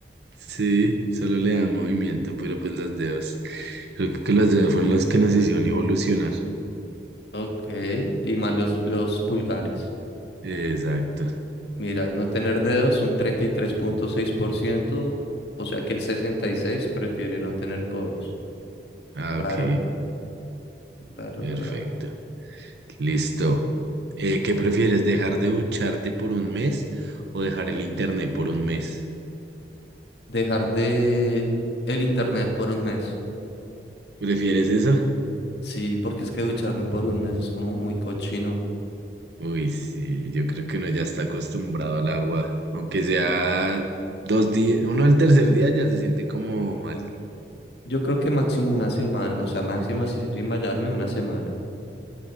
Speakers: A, on the right (about 75°); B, on the left (about 75°).
A: Sí, solo le dan movimiento, pero pues los dedos. Creo que los dedos fueron los que nos hicieron evolucionar.
B: Ok, y más los, los pulgares.
A: Exacto.
B: Mira, no tener dedos un treinta y tres punto seis por ciento, o sea que el 66% prefiere no tener codos.
A: Ah,
B: Raro,
A: ok.
B: raro,
A: Perfecto.
B: raro.
A: Listo. Eh, ¿qué prefieres, dejar de ducharte por un mes o dejar el internet por un mes?
B: Dejar de el internet por un mes.
A: ¿Prefieres eso?
B: Sí, porque es que ducharme por un mes es como muy cochino.
A: Uy, sí, yo creo que uno ya está acostumbrado al agua. Aunque sea dos días, uno al tercer día ya se siente como mal.
B: Yo creo que máximo una semana, o sea, máximo así sin bañarme una semana.